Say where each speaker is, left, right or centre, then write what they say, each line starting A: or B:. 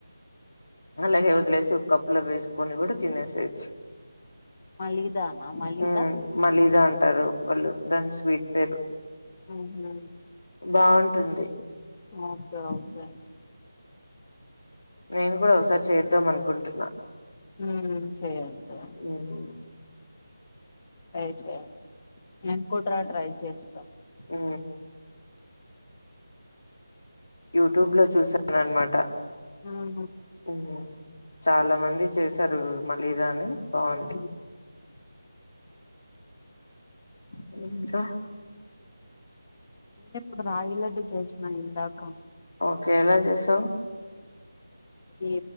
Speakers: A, on the left; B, on the left.
A: అలాగే వదిలేసి ఒక కప్పులో వేసుకొని కూడా తినేసేయొచ్చు
B: మలిదానా మలిదా
A: హ్మ్ మలీదా అంటారు వాళ్ళు దాన్ స్వీట్ పేరు
B: ఉహు
A: బాగుంటుంది
B: <inaudible>
A: మేం కూడా ఒకసారి చేద్దాం అనుకుంటున్నా
B: హ్మ్ చెయండి చేయండి
A: హ్మ్
B: ట్రై చేయండి నేన్ కూడా ట్రై చేస్
A: ఒ యూట్యూబ్ లో చూసానన్మాట
B: హ్మ్ హు
A: ఒ చాలా మంది చేశారు మళీదా అని బాగున్
B: అ
A: <inaudible>
B: నేన్ ఇప్పుడు రాగిలడ్డి చేస్నా ఇందాక
A: ఓకే ఎలా చేస్నవ్
B: అది